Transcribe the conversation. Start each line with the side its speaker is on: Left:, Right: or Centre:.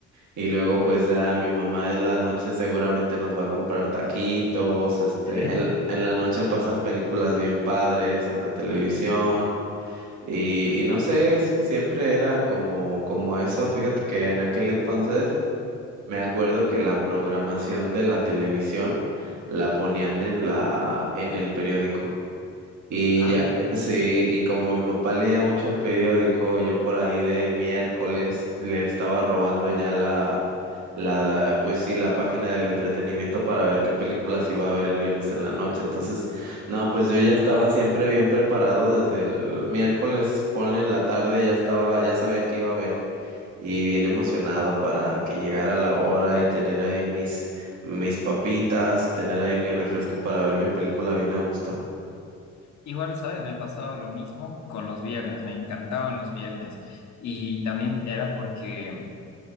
Right: y luego pues ya mi mamá en la noche seguramente nos va a comprar taquitos, este,
Left: <laughs>
Right: en, en la noche pasan películas bien padres en la televisión. Y, y no sé, s- siempre era como, como eso, fíjate que en aquel entonces me acuerdo que la programación de la televisión la ponían en la, en el periódico. Y
Left: Ah,
Right: ya,
Left: ya.
Right: sí, y como mi papá leía mucho el periódico, yo por ahí de miércoles le estaba robando ya la, la, pues sí, la página del entretenimiento para ver qué películas iba a ver el viernes en la noche. Entonces, no, pues yo ya estaba siempre bien preparado desde el miércoles, ponle en la tarde, ya estaba, ya sabía que iba a ver y bien emocionado para que llegara la hora y tener ahí mis, mis papitas y tener ahí mi refresco para ver mi película bien a gusto.
Left: Igual, ¿sabes? Me pasaba lo mismo con los viernes, me encantaban los viernes. Y también era porque